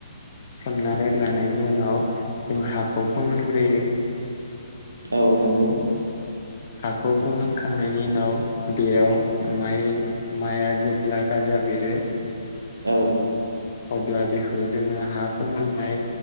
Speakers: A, on the left; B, on the right.
A: सोमनानै लानायनि उनाव जों हाखौ फोमोनग्रोयो
B: औ नंगौ
A: हाखौ फोमोनखांनायनि उनाव बेयाव माइ माइआ जेब्ला गाजा बेरो
B: <unintelligible>
A: अब्ला बेखौ जोङो हा फोमोननाय